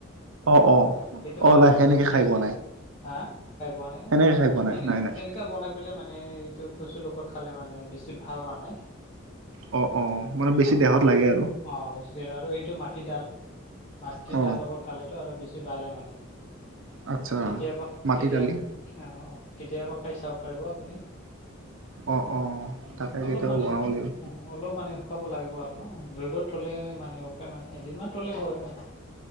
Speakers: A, on the right; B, on the left.
A: অ', অ',
B: সেইটো
A: অ',
B: মানে
A: লাহ
B: বেছিকে
A: সেনেকে খাই
B: হা
A: পোৱা নাই
B: খাই পোৱা নাই ন
A: সেনেকে খাই পোৱা
B: তেনে
A: নাই নাই নাই
B: তেনেকোৱা বনাই পেলাই মানে এইটো কচুৰ লগত খালে মানে বেছি ভাল মানে।
A: অ', অ', মানে বেছি
B: অ'।
A: দেহত লাগে আৰু।
B: অ, বেছি দেৰ আৰু এইটো মাটিডাল-মাটিডাল
A: অ
B: লগত খালেতো আৰু বেছি ভালেই মানে।
A: আচ্ছা
B: কেতিয়াবা
A: মাটি
B: কেতিয়া
A: দালি
B: অ, অ, কেতিয়াবা খাই চাব পাৰিব আপুনি।
A: অ অ
B: উ'ম,
A: তাকে
B: অলপ
A: কেতিয়াবা
B: মানে
A: বনাব লাগিব
B: উ'ম। অলপ মানে শুকাব লাগিব আৰু ন ৰ'দত থ'লে মানে শুকাই মানে এদিনমান থ'লে হয় আৰু।